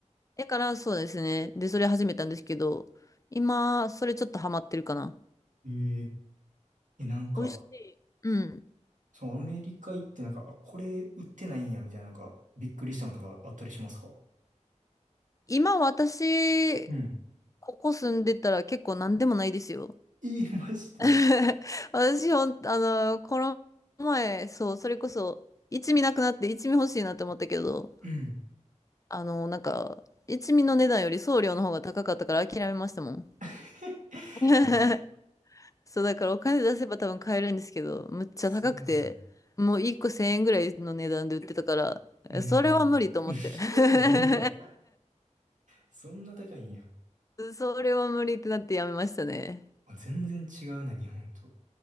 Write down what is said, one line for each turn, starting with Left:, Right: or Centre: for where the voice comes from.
Left: だから、そうですね。で、それ始めたんですけど、今、それちょっとハマってるかな。
Right: うん。えー、え、なんか、
Left: 美味しい。うん
Right: そのアメリカ行ってなんか、あ、これ売ってないんやみたいな、なんか、びっくりしたのとかあったりしますか
Left: 今私、
Right: うん。
Left: ここ住んでたら結構何でもないですよ。
Right: えー、マジで
Left: <laughs> 私ほん、あの、この前、そう、それこそ、一味なくなって一味欲しいなって思ったけど、
Right: うん。
Left: あの、なんか、一味の値段より送料の方が高かったから諦めましたもん。
Right: <laughs> マジ
Left: <laughs> そう、だからお金出せば多分買えるんですけど、むっちゃ高くて、
Right: あそうなんや。
Left: もう一個千円ぐらいの値段で売ってたから、
Right: うーん。
Left: えそれは無理と思って。
Right: <laughs>
Left: <laughs>
Right: いや、うま。そんな高いんや。
Left: それは無理ってなってやめましたね。
Right: あ、全然違うな、日本と。